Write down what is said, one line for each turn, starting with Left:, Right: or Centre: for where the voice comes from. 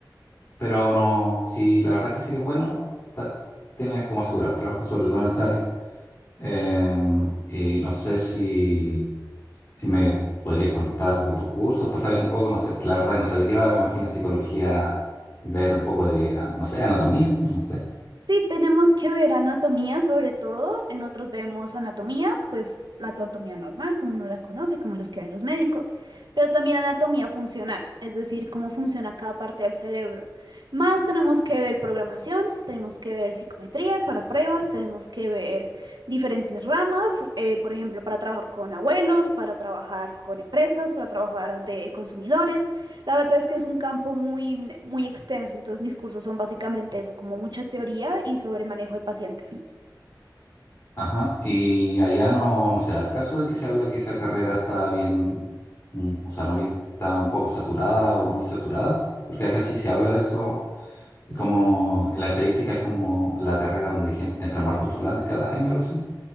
Left: pero no, si la verdad que si eres bueno, ta- tienes como asegurar el trabajo, sobre todo en esta área. Em, y no sé si, si me podrías contar de tus cursos para saber un poco, no sé, la verdad no sé de qué va, me imagino psicología, ver un poco de, ah, no sé, anatomía, no no sé.
Right: Sí, tenemos que ver anatomía sobre todo. En otros vemos anatomía, pues la anatomía normal, como uno la conoce, como los que ven los médicos, pero también anatomía funcional, es decir, cómo funciona cada parte del cerebro. Más tenemos que ver programación, tenemos que ver psicometría para pruebas, tenemos que ver diferentes ramas, eh, por ejemplo, para trabajar con abuelos, para trabajar con empresas, para trabajar de consumidores. La verdad es que es un campo muy, muy extenso, entonces mis cursos son básicamente eso, como mucha teoría y sobre manejo de pacientes.
Left: Ajá, y allá no, no sé, al caso de que se habla que esa carrera está bien, mm, o sea, no bien, está un poco saturada o muy saturada, porque acá sí se habla de eso, y como en la estadística es como la carrera donde hay gen- entran más postulantes cada año, algo así.